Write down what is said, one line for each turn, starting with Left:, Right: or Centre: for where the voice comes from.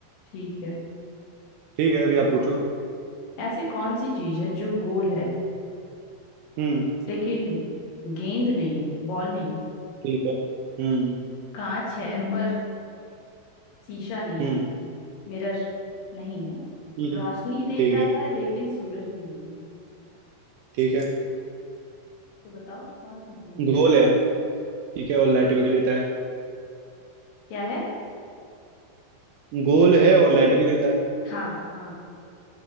Left: ठीक है
Right: ठीक है अभी आप पूछो
Left: ऐसी कौन सी चीज है जो गोल है
Right: हम्म
Left: लेकिन गेंद नहीं है बॉल नहीं है
Right: ठीक है हम्म
Left: कांच है पर हम्म, शीशा नहीं
Right: हम्म
Left: है मिरर नहीं है
Right: हम्म,
Left: रोशनी देता
Right: ठीक है
Left: है लेकिन सूरज भी नहीं है
Right: ठीक है
Left: तो बताओ कौन सी चीज है
Right: गोल है ठीक है और लाइट भी देता है
Left: क्या है
Right: गोल है और लाइट भी देता है
Left: हाँ हाँ